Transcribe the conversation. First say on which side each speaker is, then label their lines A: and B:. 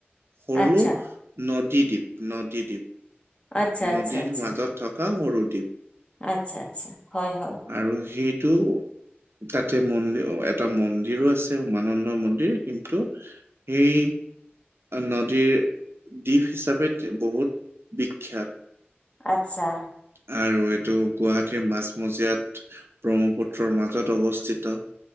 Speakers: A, on the right; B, on the left.
A: সৰু
B: আচ্ছা
A: নদীদ্বীপ, নদীদ্বীপ।
B: আচ্ছা আচ্ছা
A: নদীৰ
B: আচ্ছা
A: মাজত থকা সৰু ঠিক
B: আচ্ছা আচ্ছা হয় হয়
A: আৰু সেইটো। তাতে মন্দিৰ এটা মন্দিৰো আছে, উমানন্দ মন্দিৰ কিন্তু, সেই নদীৰ দ্বীপ হিচাপে বহুত বিখ্যাত।
B: আচ্ছা।
A: আৰু এইটো গুৱাহাটীৰ মাজমজিয়াত ব্ৰহ্মপুত্ৰৰ মাজত অৱস্থিত।